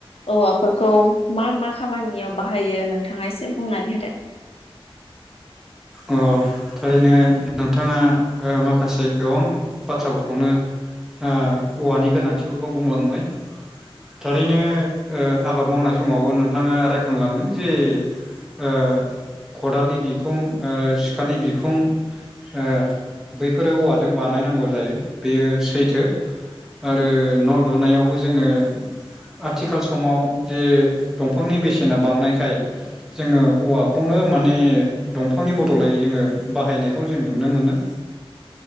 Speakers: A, on the left; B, in the centre.
A: औवाफोरखौ मा मा खामानियाव बाहायो नोंथाङा एसे बुंनानै होदो ।
B: अ थारैनो नोंथाङा ओ माखासे गोबां बाथ्राफोरखौनो ओ औवानि गोनांथिफोरखौ बुंलांबाय थारैनो आबाद मावनाय समावबो नोंथाङा रायखांलांदों जे ओ खदालनि बिखुं आरो सिखानि बिखुं ओ बैफोरो औवाजों बानायनांगौ जायो बेयो सैथो आरो न' लुनायावबो जोङो आथिखाल समाव जे दंफांनि बेसेना बांनायखाय जोङो औवाखौ खौनो माने दंफांनि बदलाय जोङो बाहायनायखौ जों नुनो मोनो